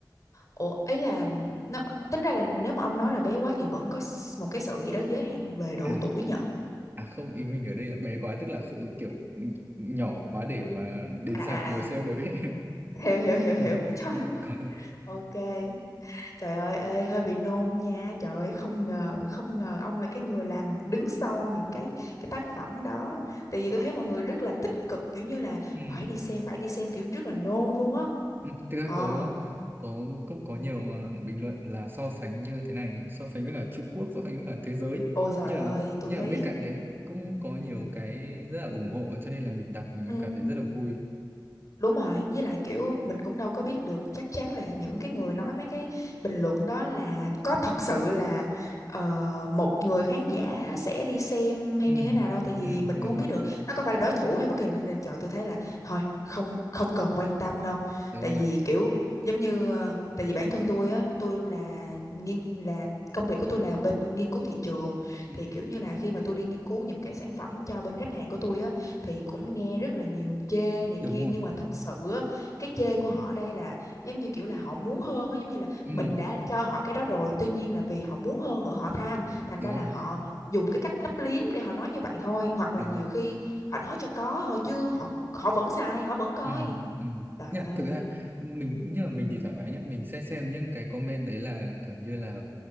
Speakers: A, on the left; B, on the right.
A: Ủa ý là nó tính ra là nếu mà ông nói là bé quá thì vẫn có s- một cái sự gì đó giới hạn về độ
B: À
A: tuổi nhở?
B: à không, ý mình ở đây là bé quá tức là khự- kiểu nhỏ quá để mà đến
A: À
B: rạp
A: à
B: ngồi
A: à.
B: xem được ấy.
A: <laughs> Hiểu hiểu hiểu
B: <laughs>
A: hiểu. <laughs> Trời ơi.
B: Còn
A: Ok. Trời ơi ê, hơi bị nôn nha. Trời ơi không ngờ, không ngờ ông là cái người làm đứng sau những cái cái tác phẩm đó. Tại vì tôi thấy mọi người rất là tích cực kiểu như là
B: ừ.
A: phải đi xem, phải đi xem kiểu rất là nôn luôn á.
B: Ừ, thực ra
A: Ờ.
B: có có cũng có nhiều ờ, bình luận là so sánh như thế này so sánh với cả Trung Quốc so sánh với cả thế giới
A: Ôi trời
B: như là
A: ơi, tôi
B: như
A: thấy
B: là bên cạnh đấy cũng có nhiều cái rất là ủng hộ cho nên là mình đọc mình
A: Ừ.
B: cũng cảm thấy rất là vui
A: Đúng rồi, với lại kiểu mình cũng đâu có biết được chắc chắn là những cái người nói mấy cái bình luận đó là có thật sự là ờ, một người khán giả sẽ đi xem hay
B: ừ
A: như thế nào đâu tại vì
B: ừ
A: mình
B: đúng
A: cũng không biết
B: rồi
A: được nó có phải là đối thủ hay bất kỳ nên là- trời tôi thấy là thôi không không cần quan tâm đâu
B: đúng
A: tại vì
B: rồi
A: kiểu giống như ờ, tại vì bản thân tôi á tôi là nghiên là công việc của tôi là bên nghiên cứu thị trường
B: ừ
A: thì kiểu như là khi mà tôi đi nghiên cứu những cái sản phẩm cho bên khách hàng của tôi á thì cũng nghe rất là nhiều chê này
B: đúng
A: kia nhưng
B: rồi
A: mà thật sự á, cái chê của họ ở đây là giống như kiểu là họ muốn hơn á giống như là
B: ừ
A: mình đã cho họ cái đó rồi tuy nhiên là vì họ muốn hơn nữa họ tham thành
B: đúng
A: ra là
B: rồi
A: họ dùng cái cách lấp liếm để họ nói như vậy thôi hoặc
B: đúng
A: là nhiều
B: rồi
A: khi họ nói cho có thôi chứ họ họ vẫn sai họ vẫn coi
B: ừ ừ
A: trời
B: nhá
A: ơi
B: thực ra mình như là mình thì thoải mái nhá mình sẽ xem những cái comment đấy là kiểu như là